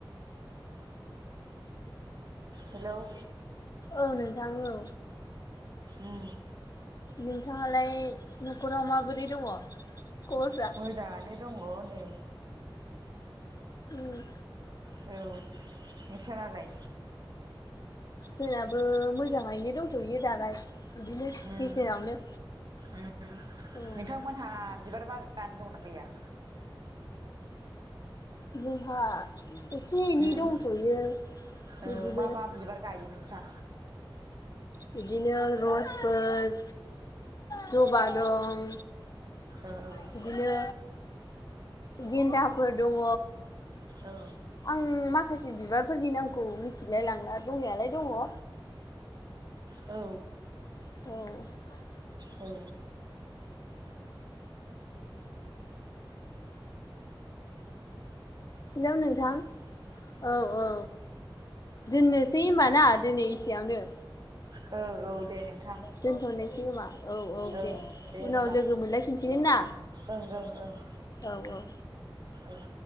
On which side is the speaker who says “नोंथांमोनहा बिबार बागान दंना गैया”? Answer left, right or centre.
Right